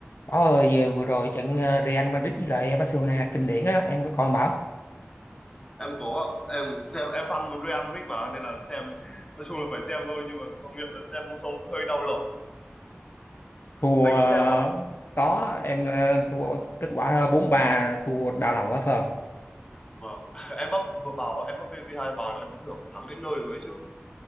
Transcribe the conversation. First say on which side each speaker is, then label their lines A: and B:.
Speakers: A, on the left; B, on the left.
A: Bảo ơi vừa rồi trận ờ, Real Madrid với lại Barcelona kinh điển á em có coi không Bảo
B: em có em xem em fan một Real Madrid mà nên là xem nói chung là phải xem thôi nhưng mà công nhận là xem không xong hơi đau lòng
A: thua
B: anh
A: ờ,
B: có xem không
A: có em ờ, thua kết quả 4-3 thua đau lòng quá phờ
B: vâng <laughs> em bắp vừa vào em bắp ghi hai bàn em cứ tưởng là thắng đến nơi rồi ấy chứ